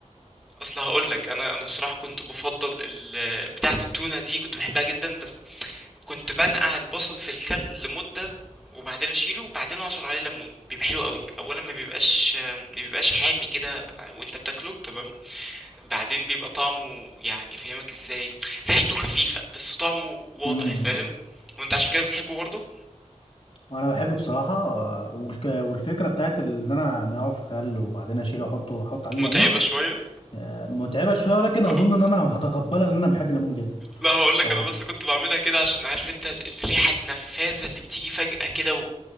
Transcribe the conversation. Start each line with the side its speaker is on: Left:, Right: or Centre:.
Centre: اصل هقول لك انا انا بصراحة كنت بفضل ال- بتاعة التونة دي كنت بحبها جدا بس كنت بنقع البصل في الخل لمدة وبعدين اشيله وبعدين اعصر عليه ليمون بيبقى حلو قوي اولا ما بيبقاش ما بيبقاش حامي كده وانت بتاكله تمام بعدين بيبقى طعمه يعني فاهمك ازاي ريحته خفيفة بس طعمه واضح
Left: امم
Centre: فاهم وانت عشان كده بتحبه برضه
Left: وانا بحب بصراحه آه، والك- والفكره بتاعت ان انا انقعه في خل وبعدين اشيله واحطه احط عليه
Centre: متعبة
Left: ليمون
Centre: شوية
Left: آه، متعبة شوية ولكن
Centre: <laughs>
Left: أظن إن أنا هتقبلها لأن أنا بحب الليمون جدا
Centre: لا هقول لك
Left: ف
Centre: انا بس كنت بعملها كده عشان عارف انت ال- الريحة النفاذة اللي بتيجي فجأة كده و...